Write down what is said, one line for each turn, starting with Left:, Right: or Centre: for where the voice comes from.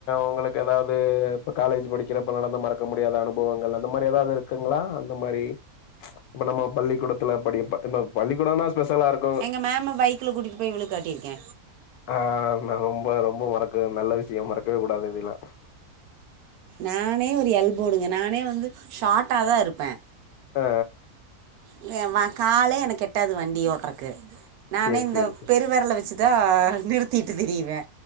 Left: உங்களுக்கு எதாவ்து இப்ப காலேஜி படிக்கிறப்ப நடந்த மறக்க முடியாத அனுபவங்கள் அந்த மாரி எதாவ்து இருக் குங்ளா அந்த மாரி இப்ப நம்ம பள்ளிக்கூடத் துலா படிக்கப்ப இந்த பள்ளிக்கூடன்னா ஸ்பெஷலா இருக்கோ
Right: க மேம பை க்கில கூட்டிட்டு போய் விழுகாட்டிருக்கே
Left: ஆ நல் ரொம்போ ரொம்போ மறக்க நல்ல விஷ்யோ மறக்கிவே கூடாது இதெல்லா
Right: நானே ஒரு எல்போடுங்க நானே வந்து ஷாட்டாதா இருப்பே
Left: ஆ
Right: இல்ல வா காலே எனக்கு எட்டாது வண்டி ஓட்றக்கு நானே
Left: சேரி
Right: இந்த
Left: சேரி சே
Right: பெருவெரல வெச்சு தா நிறுத்திட்டு திரியுவே